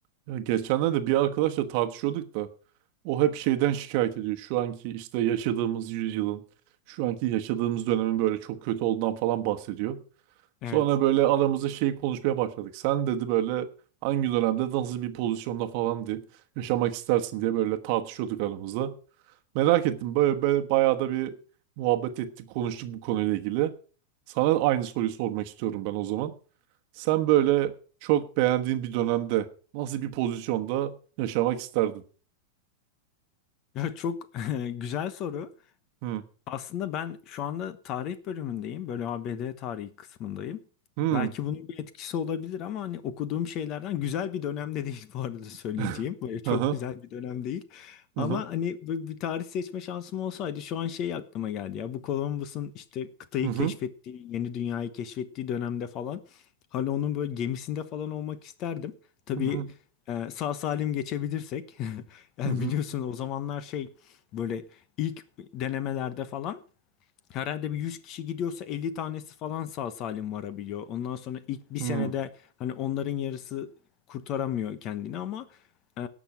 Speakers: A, on the right (about 45°); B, on the left (about 35°).
A: Ya geçenlerde bir arkadaşla tartışıyorduk da o hep şeyden şikayet ediyor. Şu anki işte yaşadığımız yüzyılın, şu anki yaşadığımız dönemin böyle çok kötü olduğundan falan bahsediyor.
B: Evet.
A: Sonra böyle aramızda şeyi konuşmaya başladık. Sen dedi böyle hangi dönemde nasıl bir pozisyonda falan diye yaşamak istersin diye böyle tartışıyorduk aramızda. Merak ettim böyle, böyle bayağı da bir muhabbet ettik, konuştuk bu konuyla ilgili. Sana aynı soruyu sormak istiyorum ben o zaman. Sen böyle çok beğendiğin bir dönemde nasıl bir pozisyonda yaşamak isterdin?
B: Ya çok <laughs> güzel soru.
A: Hı.
B: Aslında ben şu anda tarih bölümündeyim. Böyle ABD tarihi kısmındayım.
A: Hı.
B: Belki bunun bir etkisi olabilir ama hani okuduğum şeylerden güzel bir dönemde değil <laughs> bu arada söyleyeceğim.
A: <laughs>
B: Böyle çok
A: Hı hı.
B: güzel bir dönem değil.
A: Hı
B: Ama
A: hı.
B: hani böyle bir tarih seçme şansım olsaydı şu an şey aklıma geldi ya. Bu Columbus'un işte kıtayı
A: Hı hı.
B: keşfettiği, yeni dünyayı keşfettiği dönemde falan. Hani onun böyle gemisinde falan olmak isterdim. Tabii
A: Hı hı.
B: e, sağ salim geçebilirsek. <laughs> Yani
A: Hı hı.
B: biliyorsun o zamanlar şey böyle İlk denemelerde falan herhalde bir 100 kişi gidiyorsa 50 tanesi falan sağ salim varabiliyor. Ondan sonra ilk bir senede
A: Hı
B: hani onların yarısı kurtaramıyor kendini ama e,